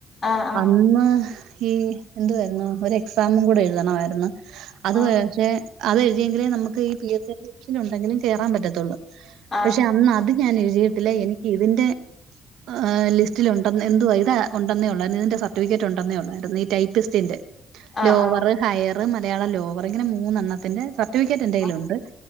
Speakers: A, on the left; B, on the right.
A: ആഹ്
B: അന്ന് ഈ എന്തുവായിരുന്നു? ഒരു എക്സാമും കൂടെ എഴുതണമായിരുന്നു. അത്
A: ആഹ്
B: വരെ അത് എങ്കിലെ നമ്മക്ക് ഈ പി എസ് സി ടെ ലിസ്റ്റിലുണ്ടെങ്കിലും കേറാൻ പറ്റത്തൊള്ളൂ.
A: ആഹ്
B: പക്ഷേ അന്ന് അത് ഞാൻ എഴുതിയിട്ടില്ല. എനിക്ക് ഇതിന്റെ അഹ് ലിസ്റ്റിലുണ്ടന്ന് എന്തുവാ ഇതാ ഒണ്ടെന്നേ ഒള്ളായിരുന്നു. ഇതിന്റെ സർട്ടിഫിക്കറ്റ് ഒണ്ടെന്നേ ഒള്ളായിരുന്നു. ഈ ടൈപിസ്റ്റിന്റെ
A: ആഹ്
B: ലോവറ് ഹയറ് മലയാളം ലോവർ ഇങ്ങനെ മൂന്നെണ്ണത്തിന്റെ സ ർട്ടിഫിക്കറ്റ് എന്റെ കയ്യിലുണ്ട്.
A: ആഹ്